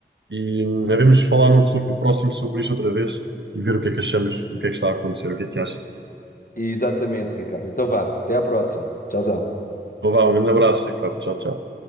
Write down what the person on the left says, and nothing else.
E exatamente, Ricardo. Então vá, até à próxima. Tchauzão.